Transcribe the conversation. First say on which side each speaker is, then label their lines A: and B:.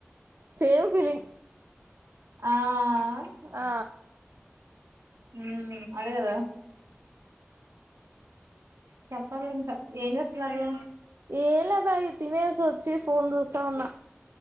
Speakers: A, on the right; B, on the right.
A: సేమ్ ఫీలింగ్
B: ఆ
A: ఆ
B: ఊ అదేగదా చెప్పాలింక ఏం చేస్తున్నారు
A: ఏలా బాగ తినేసి వచ్చి ఫోన్ చూసా ఉన్నా